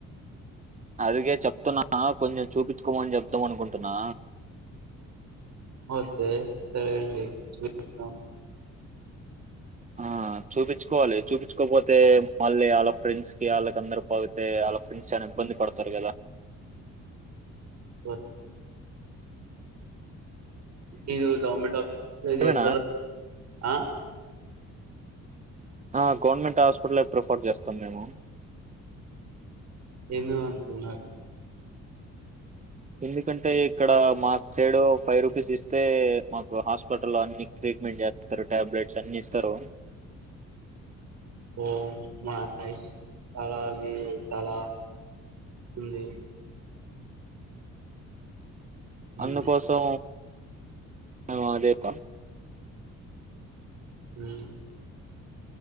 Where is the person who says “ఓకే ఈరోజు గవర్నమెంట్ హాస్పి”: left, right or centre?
Right